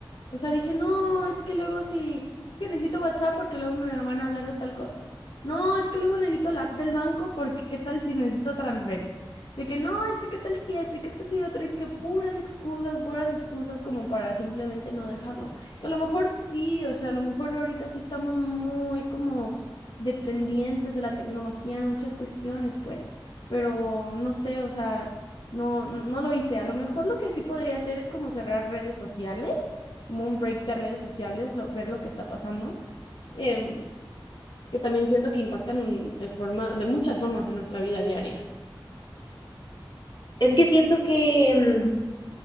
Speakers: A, on the left; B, on the left.
A: O sea, dije, no, es que luego sí, es que necesito WhatsApp porque luego me van a hablar de tal cosa. No, es que luego necesito la app del banco porque qué tal si necesito transferir. De que no, es que qué tal si esto y qué tal si otro y que puras excusas, puras excusas como para simplemente no dejarlo. Que a lo mejor sí, o sea, a lo mejor ahorita sí estamos muy como dependientes de la tecnología en muchas cuestiones, pues, pero no sé, o sea, no, no lo hice. A lo mejor lo que sí podría hacer es como cerrar redes sociales como un break de redes sociales, lo- ver lo que está pasando, em, que también siento que impactan de forma, de muchas formas en nuestra vida diaria.
B: Es que siento que mm,